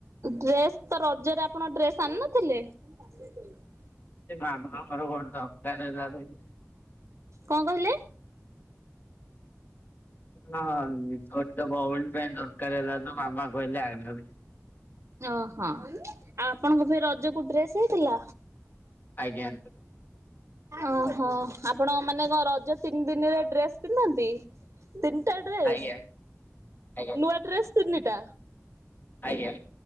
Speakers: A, on the right; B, on the left.
A: ଡ୍ରେସ୍ ତ ରଜରେ ଆପଣ ଡ୍ରେସ ଆଣି ନଥିଲେ। ଆ
B: ସେ ମା ବାଙ୍କର କଣ ଦରକାର ହେଲା।
A: କଣ କହିଲେ?
B: ହଁ ଗୋଟେ ତ ବଉଲ ପାଇଁ ଦରକାର ହେଲା ତ ମାମା କହିଲେ ଆ
A: ଓହୋ ଆଉ ଆପଣଙ୍କ ଫ ରଜ କ ଡ୍ରେସ୍ ହେଇଥିଲା।
B: ଆଜ୍ଞା।
A: ଓହୋ ଆପଣ ମାନେ କଣ ରଜ ତିନି ଦିନରେ ଡ୍ରେସ ପିନ୍ଧନ୍ତି? ତତାଡ୍ରି
B: ଆଜ୍ଞା ଆଜ୍ଞା
A: ନୂଆ ଡ୍ରେସ୍ ତିନିଟା।
B: ଆଜ୍ଞା।